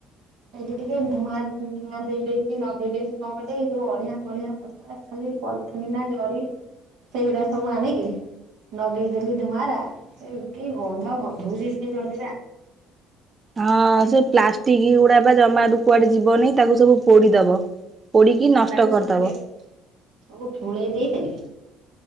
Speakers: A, on the right; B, on the right.
A: ଏଇଠି ଟିକେ ଧୂଆଁ ଧୂଆ ଦେଇଦେଇଛି ନଗେଇ ଦେଇଛି କଣ କହିଲେ ଏଇ ଯୋଉ ଅଳିଆ ମଳିଆ ଖାଲି ପଲିଥିନ ନା ଜରି ସେଇଗୁରା ସବୁ ଆଣିକି ନଗେଇଦେଲି ଧୂଆଁରା ଏ କି ଗନ୍ଧ ଗନ୍ଧୋଉଛି ସେଇ ଜରି ରା।
B: ହଁ ସେ ପ୍ଲାଷ୍ଟିକ ଗୁଡା ବା ଜମା ରୁ କୁଆଡେ ଯିବନି ତାକୁ ସବୁ ପୋଡିଦବ। ପୋଡିକି ନଷ୍ଟ
A: ତାକୁ
B: କରିଦବ।
A: ସବୁ ଏ ସବୁ ଠୁଳେଇ ଦେଇଥିଲି।